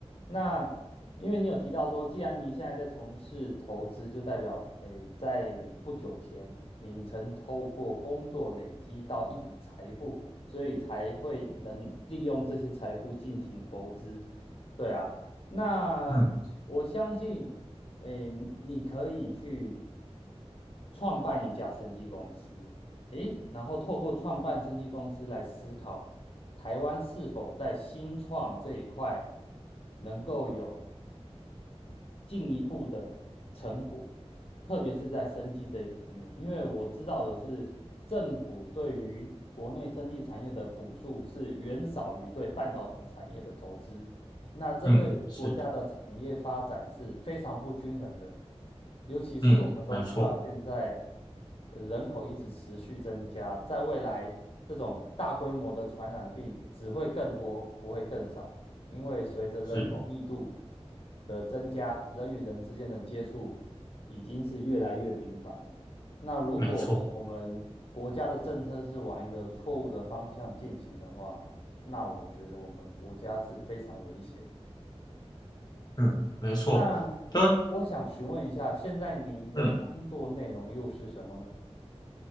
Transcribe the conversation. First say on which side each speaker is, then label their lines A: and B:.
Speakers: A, on the left (about 60°); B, on the left (about 40°).
A: 那因为你有提到说，既然你现在在从事投资，就代表诶，在不久前你曾透过工作累积到一笔财富。所以才会能利用这些财富进行投资。对啊，那我相信，
B: 嗯
A: 诶，你可以去创办一家生技公司，诶，然后透过创办生技公司来思考台湾是否在新创这一块能够有进一步的成果，特别是在生技这一方面，因为我知道的是，政府对于国内生技产业的补助是远少于对半导体产业的投资，那这对国家的产业发展是非常不均衡的，
B: 嗯，是的，
A: 尤其是我们都知道现在
B: 嗯，没错，
A: 呃人口一直持续增加，在未来这种大规模的传染病只会更多，不会更少。因为随着人口密度
B: 是
A: 的增加，人与人之间的接触已经是越来越频繁。那如果我们国家的政策是往一个错误的方向进行的话，
B: 没错。
A: 那我觉得我们国家是非常危险的
B: 嗯，没错，
A: 那
B: 就
A: 我想询问一下，现在您的工作内容又是什么呢？
B: 嗯，